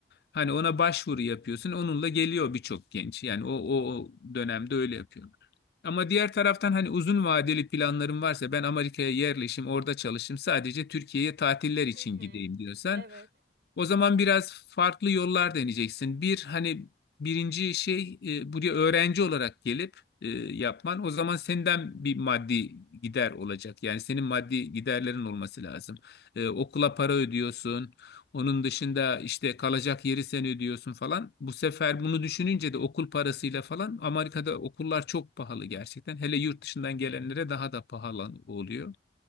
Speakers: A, on the left (about 60°); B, on the right (about 60°).
A: Hani ona başvuru yapıyorsun. Onunla geliyor birçok genç. Yani o, o, o dönemde öyle yapıyorlar. Ama diğer taraftan hani uzun vadeli planlarım varsa ben Amerika'ya yerleşim, orada çalışayım, sadece Türkiye'ye tatiller için
B: Hı hı.
A: gideyim diyorsan
B: Evet.
A: o zaman biraz farklı yollar deneyeceksin. Bir hani birinci şey e, buraya öğrenci olarak gelip e, yapman. O zaman senden bir maddi gider olacak. Yani senin maddi giderlerin olması lazım. E, okula para ödüyorsun. Onun dışında işte kalacak yeri sen ödüyorsun falan. Bu sefer bunu düşününce de okul parasıyla falan Amerika'da okullar çok pahalı gerçekten. Hele yurt dışından gelenlere daha da pahalı oluyor.